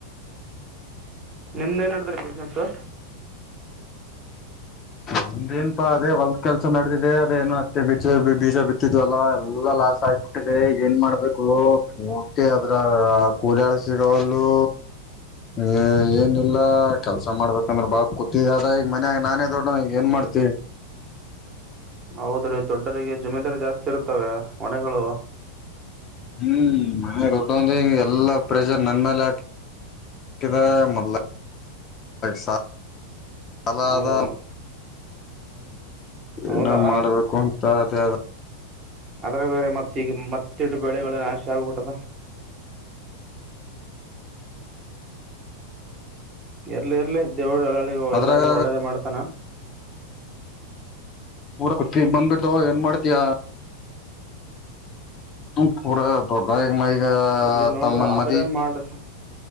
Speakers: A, on the right; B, on the left.
A: ನಿಮ್ದ್ ಏನ ನಡದದ್ರಿ ಬಿಸ್ನೆಸ್ಸೂ?
B: ನಮ್ದೇನ್ಪಾ ಅದೇ ಹೊಲ್ದ ಕೆಲ್ಸ ನಡೆದಿದೆ ಅದೇನು ಹತ್ತೆ ಬ ಬೀಜ ಬಿತ್ತಿದ್ವಲ್ಲಾ ಎಲ್ಲಾ ಲಾಸ್ ಆಯ್ತು. ತ್ತಿದೆ ಏನ್ ಮಾಡ್ಬೇಕು ಪೂರ್ತಿ ಅದ್ರಾಗ ಕೂಲಿಯಾಳ ಸಿಗವಲ್ಲೂ. ಏ ಏನಿಲ್ಲ ಕೆಲ್ಸ ಮಾಡ್ಬೇಕಂದ್ರ ಬಾ ಕುತ್ಗಿಗ್ ಅದಾ ಈಗ ಮನ್ಯಾಗ ನಾನೇ ದೊಡ್ಡ ಹ ಏನ್ ಮಾಡ್ತಿ?
A: ಹೌದ್ರೀ ದೊಡ್ಡರಿಗೆ ಜಮೆದಾರಿ ಜಾಸ್ತಿ ಇರತ್ತವೆ ಹೊಣೆಗಳು.
B: ಹ್ಮ್ ಮನ್ಯಾಗ ದೊಡ್ಡವನ್ದೇ ಎಲ್ಲಾ ಪ್ರೆಷರ್ ನನ್ ಮೇಲೆ ಹಾಕ್ತ <unintelligible> ಸಾಲಾ
A: ಹೌದೌದು
B: ಅದಾ. ಜೀವ್ನಾ
A: ಹೌದಾ
B: ಮಾಡ್ಬೇಕು ಅಂತ ಅದೇ ಅದಾ.
A: ಅದ್ರಾಗ ಬೇರೆ ಮತ್ತ ಈಗ ಮತ್ತಿಟ್ ಬೆಳೆಗಳ ನಾಶ ಆಗ್ಬಿಟ್ಟದ ಎರ್ಲಿ ಇರ್ಲಿ ದೇವರು ಎಲ್ಲರಿಗೂ ಒಳ್ಳೆಯವರಿಗೂ
B: ಅದ್ರಾಗ
A: ಒಳ್ಳೇದ ಮಾಡ್ತಾನ
B: ಪೂರ <unintelligible> ಬಂದ್ಬಿಟ್ಟು ಏನ್ ಮಾಡ್ತಿಯಾ ಪೂರ <unintelligible> <unintelligible> <unintelligible>
A: ಇರ್ಲಿ ನೋಡು
B: ತಮ್ಮನ್
A: ಆದ್ರೆ
B: ಮದ್ವಿ
A: ಮಾಡ್ರಿ